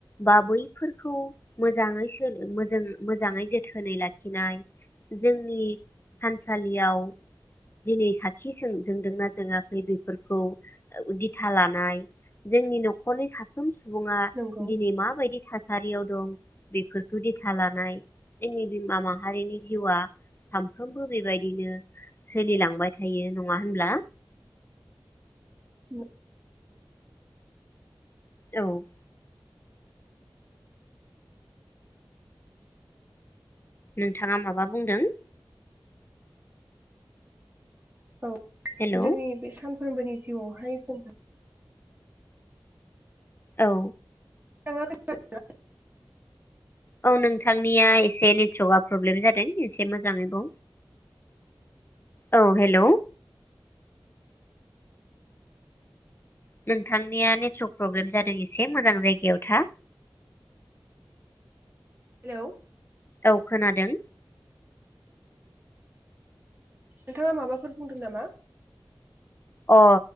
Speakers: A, on the left (about 30°); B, on the right (about 25°).
A: बा बैफोरखौ मोजाङै सो मो मोजाङै जोथोनै लाखिनाय जोंनि थानसालियाव दिनै साथि जोंदोंना जोङाखै बेफोरखौ दिथा लानाय जोंनि न'खरनि साफ्रोम सुबुङा
B: नंगौ
A: दिनै मा दि थासारियाव दं बेफोरखौ दिथा लानाय जोंनि बिमा माहारिनि जिउआ सामफ्रामबो बेबायदिनो सोलिलांबाय थायो नङा होनब्ला?
B: नं
A: औ नोंथाङा माबा बुंदों?
B: औ
A: हेलौ
B: जोंनि बे सान फोरबोनि जिउआवहाय जों
A: औ
B: <unintelligible>
A: औ नोंथांनिया एसे नेटवार्कआ प्रब्लेम जादों एसे मोजाङै बुं। औ हेलौ नोंथांनिया नेटवर्क प्रब्लेम जादों इसे मोजां जायगायाव था।
B: हेलौ
A: औ खोनादों।
B: नोंथाङा माबाफोर बुंदों नामा?
A: अ